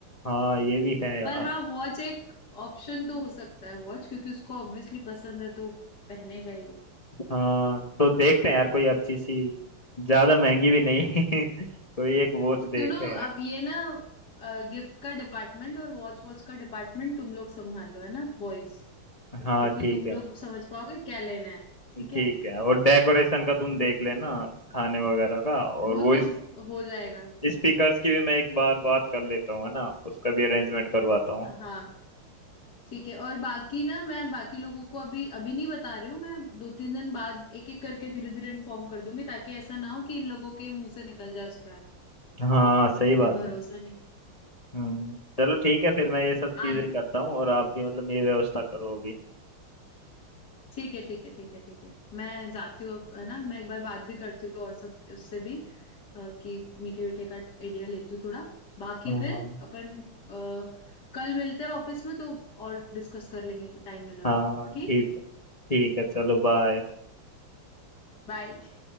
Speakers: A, on the left; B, on the left.
A: हाँ ये भी है यार
B: पर हाँ वॉच एक ऑप्शन तो हो सकता है वॉच क्योंकि उसको ऑब्वियसली पसंद है तो पहनेगा ही वो
A: हाँ तो देखते हैं यार कोई अच्छी सी ज्यादा महंगी भी नहीं <laughs> कोई एक वॉच देखते
B: सुनो
A: हैं
B: अब ये ना गिफ्ट का डिपार्टमेंट और वॉच वॉच का डिपार्टमेंट तुम लोग संभाल लो है ना बॉयज
A: हाँ
B: क्योंकि
A: ठीक
B: तुम
A: है
B: लोग समझ पाओगे क्या लेना है ठीक
A: ठीक
B: है
A: है और डेकोरेशन का तुम देख लेना खाने वगैरह का और
B: वो
A: वो इस
B: तो हो जाएगा
A: स्पीकर्स की भी मैं एक बार बात कर लेता हूँ है ना उसका भी अरेंजमेंट करवाता हूँ
B: हाँ ठीक है और बाकी ना मैं बाकी लोगों को अभी अभी नहीं बता रही हूँ मैं दो तीन दिन बाद एक एक करके धीरे धीरे इन्फॉर्म कर दूंगी ताकि ऐसा ना हो कि इन लोगों के मुंह से निकल जाए उसके आगे
A: हाँ सही बात
B: कोई भरोसा
A: है
B: नहीं
A: हम्म चलो ठीक है फिर मैं ये सब चीजें
B: आदि
A: करता हूँ और आप भी मतलब ये व्यवस्था करो अभी
B: ठीक है ठीक है ठीक है ठीक है मैं जाती हूँ अब है ना मैं एक बार बात भी करती हूँ और सब उससे भी अ, कि मीठे मीठे का आइडिया लेती हूँ थोड़ा बाकी
A: हाँ
B: फिर अपन अ, कल मिलते हैं ऑफिस में तो और डिस्कस कर लेंगे टाइम मिला
A: हाँ
B: तो
A: हाँ ठीक
B: ठीक
A: है ठीक है चलो बाय
B: बाय